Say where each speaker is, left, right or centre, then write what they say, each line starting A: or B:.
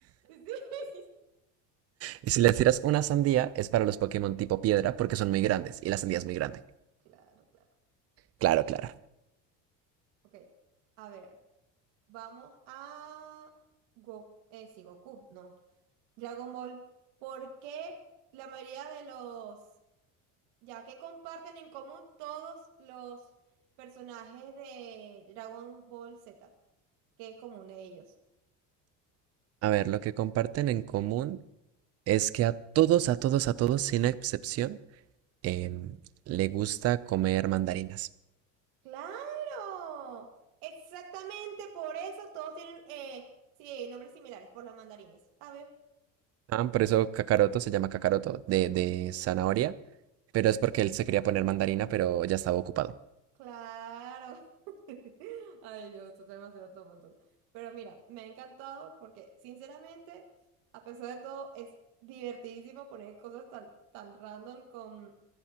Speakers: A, on the right (about 80°); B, on the right (about 40°).
A: <laughs> sí.
B: Y si le tiras una sandía, es para los Pokémon tipo piedra, porque son muy grandes, y la sandía es muy grande.
A: Claro, claro.
B: Claro, claro.
A: Ok, a ver, vamos a... Go eh, sí, Goku, no. Dragon Ball. Porque la mayoría de los, ya que comparten en común todos los personajes de Dragon Ball Z, que es común de ellos.
B: A ver, lo que comparten en común es que a todos, a todos, a todos, sin excepción, em, le gusta comer mandarinas.
A: ¡Claro! Exactamente por eso todos tienen eh, sí, nombres similares, por las mandarinas. ¿Sabes?
B: Ah, por eso Kakaroto se llama Kakaroto, de, de zanahoria, pero es porque él se quería poner mandarina, pero ya estaba ocupado.
A: Claro. <laughs> Ay, yo estoy demasiado tonto. Pero mira, me ha encantado porque, sinceramente, a pesar de todo, es divertidísimo poner cosas tan, tan random con...